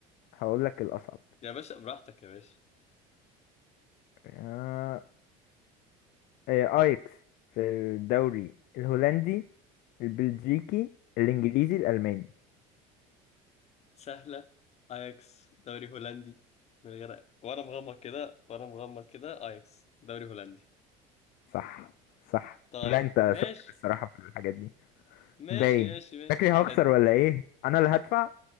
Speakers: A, on the left; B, on the left.
A: هقول لك الاصعب
B: يا باشا براحتك يا باشا
A: آه، آه، ايكس في الدوري الهولندي البلجيكي الانجليزي الالماني
B: سهلة اياكس دوري هولندي من غير وانا مغمض كده وانا مغمض كده اياكس دوري هولندي
A: صح صح
B: طيب
A: لا انت شاطر
B: ماشي
A: الصراحه في الحاجات دي
B: ماشي
A: باين
B: ماشي ماشي
A: فاكري هخسر
B: هد
A: ولا ايه انا اللي هدفع